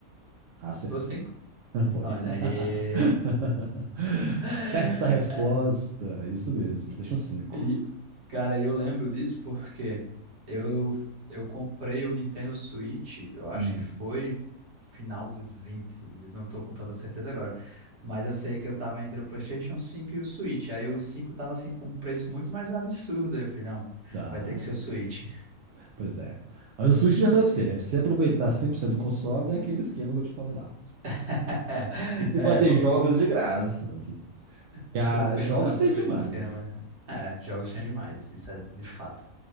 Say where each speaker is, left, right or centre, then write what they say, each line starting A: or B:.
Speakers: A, on the right (about 65°); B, on the right (about 45°).
A: Acertou.
B: Não foi o 5?
A: <laughs> Foi.
B: Olha
A: <laughs>
B: aí. <laughs>
A: Certa resposta.
B: É,
A: Isso mesmo, PlayStation 5.
B: E, cara, eu lembro disso porque eu, eu comprei o Nintendo Switch, eu acho
A: Hum,
B: que foi final de 20. eu não tô com tanta certeza agora, mas eu sei que eu tava entre o PlayStation 5 e o Switch, aí o 5 tava assim com um preço muito mais absurdo, aí eu falei, não,
A: tá.
B: vai ter que ser o Switch.
A: Pois é. Mas o Switch eu já falei pra você, né? Pra você aproveitar 100% do console, é aquele esquema que eu te falei lá.
B: <laughs>
A: E se
B: É,
A: bater
B: vou,
A: jogos
B: vou,
A: de graça, assim. E
B: vou
A: a-
B: pensar
A: jogos tem
B: sobre
A: demais.
B: esse esquema. É, jogos são demais, isso é de fato.